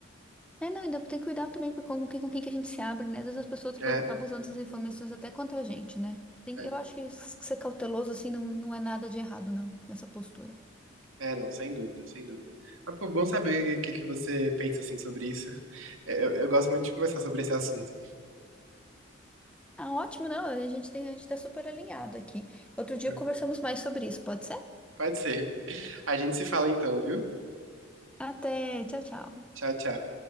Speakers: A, in the centre; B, on the right.
A: É, não, ainda tem que cuidar também com com quem, com quem que a gente se abre, né? Às vezes as pessoas depois
B: É,
A: acabam usando essas informações até contra a gente, né? Tem, que-
B: é.
A: eu acho que s- ser cauteloso, assim, não, não é nada de errado, não, nessa postura.
B: É, não, sem dúvida, sem dúvida. Mas, pô, bom saber o que, que você pensa, assim, sobre isso. <laughs> Eu, eu gosto muito de conversar sobre esse assunto.
A: Ah, ótimo, não, a gente tem, a gente tá super alinhado aqui. Outro dia
B: É,
A: conversamos mais sobre isso, pode ser?
B: Pode ser. A gente se fala então, viu?
A: Até, tchau, tchau.
B: Tchau, tchau.